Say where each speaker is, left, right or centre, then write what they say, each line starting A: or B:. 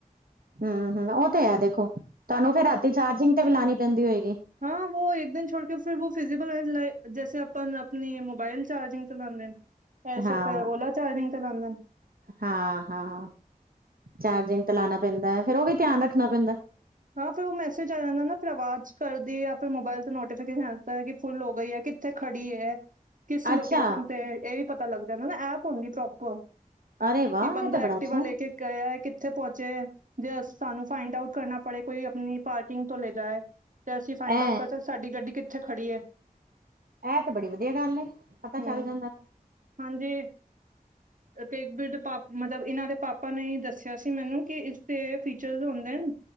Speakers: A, on the right (about 75°); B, on the right (about 60°).
A: ਹੂੰ ਹੂੰ, ਉਹ ਤੇ ਹੈ ਦੇਖੋ ਤੁਹਾਨੂੰ ਫਿਰ ਰਾਤੀ ਚਾਰਜਿੰਗ ਤੇ ਵੀ ਲਾਣੀ ਪੈਂਦੀ ਹੋਏਗੀ।
B: ਹਾਂ ਉਹ ਇੱਕ ਦਿਨ ਛੋੜ ਕੇ ਫਿਰ ਫਿਜ਼ਲ ਜੈਸੇ ਆਪ ਆਪਣੀ ਮੋਬਾਈਲ ਚਾਰਜਿੰਗ ਚ ਲਾਂਦੇ। ਵੈਸੇ
A: ਹਾਂ
B: ਫਿਰ ਓਲਾ ਚਾਰਜਿੰਗ ਤੇ ਲਾਂਦੇ ਨੇ।
A: ਹਾਂ ਹਾਂ ਚਾਰਜਿੰਗ ਤੇ ਲਾਣਾ ਪੈਂਦਾ ਹੈ। ਫੇਰ ਉਹ ਵੀ ਧਿਆਨ ਰੱਖਣਾ ਪੈਂਦਾ।
B: ਹਾਂ ਫਿਰ ਉਹ ਮੈਸੇਜ ਆ ਜਾਂਦਾ ਨਾ ਫਿਰ ਆਵਾਜ਼ ਕਰਦੀ ਫਿਰ ਮੋਬਾਇਲ ਤੇ ਨੋਟੀਫਿਕੇਸ਼ਨ ਕਿ ਫੁੱਲ ਹੋ ਗਈ ਹੈ ਕਿ। ਕਿੱਥੇ ਖੜੀ ਹੈ ਕਿਸ ਲੋਕੇਸ਼ਨ
A: ਅੱਛਾ
B: ਤੇ ਇਹ ਵੀ ਪਤਾ ਲੱਗਦਾ ਨਾ ਐਪ ਹੁੰਦੀ ਪ੍ਰੋਪਰ।
A: ਅਰੇ ਵਾਹ
B: ਕਿ ਬੰਦਾ
A: ਇਹ ਤਾਂ ਬੜਾ
B: ਐਕਟਿਵ
A: ਅੱਛਾ
B: ਲੈ ਕੇ। ਗਿਆ ਕਿੱਥੇ ਪਹੁੰਚੇ ਜੇ ਸਹਾਨੂੰ ਫਾਈੰਡ ਆਊਟ ਕਰਨਾ ਪੜੇ। ਕੋਈ ਆਪਣੀ ਪਾਰਕਿੰਗ ਤੋਂ ਲੈ ਜਾਏ ਤੇ ਅਸੀਂ ਫਾਈੰਡ
A: ਐ
B: ਆਊਟ ਕਰ ਸਕਦੇ ਸਾਡੀ ਗੱਡੀ ਕਿੱਥੇ ਖੜੀ ਹੈ।
A: ਇਹ ਤੇ ਬੜੀ ਵਧੀਆ ਗੱਲ ਐ, ਪਤਾ
B: ਹੂੰ,
A: ਚੱਲ ਜਾਂਦਾ।
B: ਹਾਂਜੀ। ਤੇ ਮਤਲਬ ਇਹਨਾਂ ਦੇ ਪਾਪਾ ਨੇ ਦੱਸਿਆ ਸੀ ਮੈਨੂੰ, ਕਿ ਇਸਦੇ ਫੀਚਰ ਹੁੰਦੇ ਨੇ।